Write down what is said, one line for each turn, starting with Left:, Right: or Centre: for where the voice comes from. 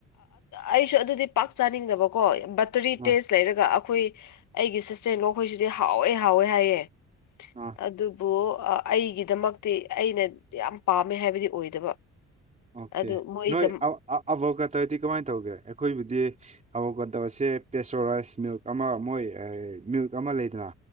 Left: ꯑꯩꯁꯨ ꯑꯗꯨꯗꯤ ꯄꯥꯛ ꯆꯥꯅꯤꯡꯗꯕꯀꯣ ꯕꯇꯔꯤ
Right: ꯑꯥ
Left: ꯇꯦꯁ ꯂꯩꯔꯒ ꯑꯩꯈꯣꯏ ꯑꯩꯒꯤ ꯁꯤꯁꯇꯔꯅꯣ ꯑꯩꯈꯣꯏꯁꯤꯗꯤ ꯍꯥꯎꯋꯦ ꯍꯥꯎꯋꯦ ꯍꯥꯏꯌꯦꯦ
Right: ꯑꯥ
Left: ꯑꯗꯨꯕꯨ ꯑꯩꯒꯤꯗꯃꯛꯇꯤ ꯑꯩꯅ ꯌꯥꯝ ꯄꯥꯝꯃꯦ ꯍꯥꯏꯕꯗꯤ ꯑꯣꯏꯗꯕ
Right: ꯑꯣꯀꯦ
Left: ꯑꯗꯨ ꯃꯣꯏꯗ
Right: ꯅꯣꯏꯒ ꯑꯗꯤ ꯀꯃꯥꯏꯅ ꯇꯧꯒꯦ ꯑꯩꯈꯣꯏꯕꯨꯗꯤ ꯍꯧꯐꯛꯀꯗꯕꯁꯦ ꯄ꯭ꯔꯦꯁꯣꯔꯥꯏꯁ ꯃꯤꯜꯛ ꯑꯃ ꯃꯣꯏ ꯃꯤ ꯑꯃ ꯂꯩꯗꯅ